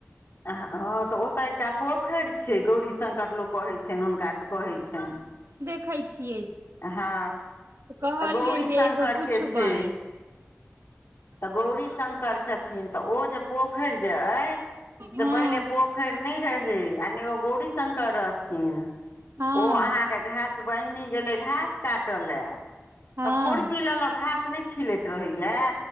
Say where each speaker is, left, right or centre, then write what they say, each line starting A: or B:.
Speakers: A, on the left; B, on the right.
A: हँ तऽ ओतऽ एकटा पोखरि छै गौरी शंकर लोक कहैत छनि हुनका कहैय छनि।
B: <unintelligible> हे
A: हँ
B: कहलियै
A: तऽ गौरी
B: जे
A: शंकर
B: एकबेर पुछबैन।
A: के छै
B: <unintelligible>
A: तऽ गौरी शंकर छथिन तऽ ओ जे पोखरि जे अछि से
B: हँ
A: पहिले पोख। नै रहै आ ने ओ गौरी शंकर रहथिन
B: हँ
A: घास बहिनी गेलैय घास काटलॅं
B: हँ
A: तऽ खुरपी लल घास नैय। छीलैत रहैये।